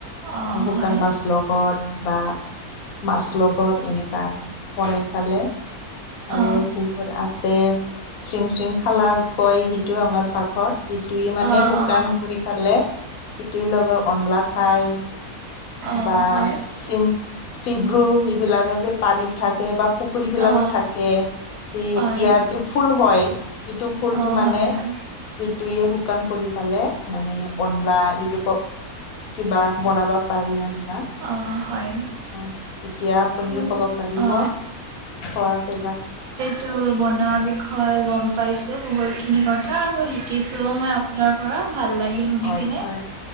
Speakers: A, on the right (about 70°); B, on the left (about 70°).
A: অ
B: শুকান
A: হয়
B: মাছ লগত বা মাছ লগত এনেকা বনাই খালে,
A: অ
B: আৰু পোহুৰ আছে। চিং চিং খালা কয় সেইটো আমাৰ পাখত সেইটোৱে মানে
A: অ
B: শুকান
A: অ
B: কৰি ফালে, <unintelligible> লগত অনলা খাই।
A: অ
B: বা
A: হয়
B: চিম, চিব্ৰু সেইবিলাকে যে পানীত থাকে বা পুখুৰী বিলাকত
A: অ
B: থাকে, সেই
A: হয়
B: ইয়াত যে ফুল হয়। ইটো ফুলটো
A: অ হয়
B: মানে
A: হয়
B: সেইটোৱে শুকান কৰি পালে মানে অনলা <unintelligible> কিবা বনাবা পাৰি আৰু না?
A: অ', হয়,
B: অ', এতিয়া আপুনিও
A: উম,
B: কব পাৰিব,
A: অ
B: খোৱা <unintelligible>
A: টো বনোৱা বিষয়ে গম পাইছো বহুত খিনি কথা আৰু শিকিছোঁ মই আপোনাৰ মোৰো ভাল লাগিল শুনি
B: হয়
A: কিনে।
B: হয়